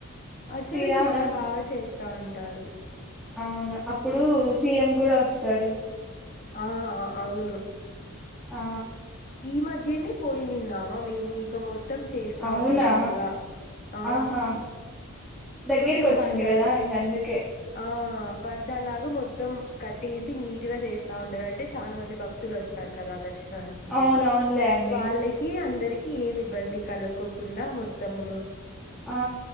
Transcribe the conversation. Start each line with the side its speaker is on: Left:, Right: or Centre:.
Left: అసలు
Centre: శ్రీరామనవమి
Left: చానా బాగా చేస్తా అంటారు
Centre: అవును అప్పుడు సీఎం కూడా వస్తాడు
Left: ఆ అ అవును
Centre: ఆ
Left: ఈ మధ్యనే పోయినిన్నామా మేము ఇం గ మొత్తం చేస్తా
Centre: అవునా
Left: ఉండే నీట్గా ఆ
Centre: ఆహా దగ్గరికి
Left: కొంచం
Centre: వచ్చింది
Left: పాడదాల
Centre: కదా ఇంక అందుకే
Left: ఆ పర్ద లాగా మొత్తం కట్టేసి నీట్గా చేస్తా ఉండారు అంటే చాలా మంది భక్తులు వస్తారు కదా దర్శ నానికి
Centre: అవును అవునులే అండి
Left: వాళ్లకి అందరికి ఏమి ఇబ్బంది కల కోకుండా మొత్తము
Centre: ఆ